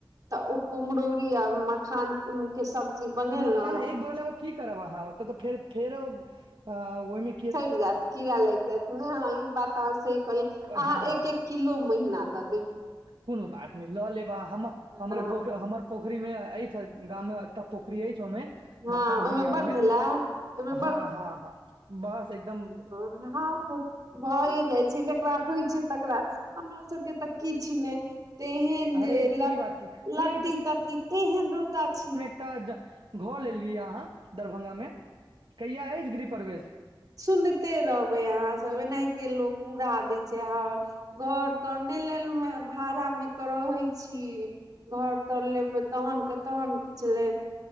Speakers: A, on the right; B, on the right.
A: तऽ ओ कुम्हरौरी आ मखान के सब्जी। बनेलहुँ
B: पर मखान एक भ ल की करब, अहाँ ओतऽ तऽ फेर फेरो ओहिमे।
A: छँटि जायत, कीड़ा लागि जायत ने हँ, ई बात तऽ अहाँ सी कहलियै अहाँ
B: हँ
A: एक-एक किलो महिीना दत।
B: कोनो बात नै ल लेब अहाँ हम हमरे
A: हँ
B: पोख हमर पोखरी मे अछि। गाम मे अत पोखरी अछि ओमे
A: हँ
B: मखान
A: ओहिमे
B: होइया
A: बड़
B: ओइमे।
A: भेलै एहिमे
B: हँ हँ हँ बस एकदम।
A: हुं आ। भए जाइ छै जकरा होइ छै तकरा हमरा सबके त किछ नै। तेहेन
B: अरे
A: देह ल
B: की बात सुनै
A: लती तती तेहेन रौदा। छै
B: त ज घर लेलियैया अहाँ दरभंगा मे कहिआ अछि गिरिह परवेश।
A: सुनिते रहबै अहाँ सब एनाहिते लोक उड़ा दै छै हं घर। तने लेलौंहें भाड़ा मे क रहै छी। घर तर लेबै तहन क तहन। किछ नै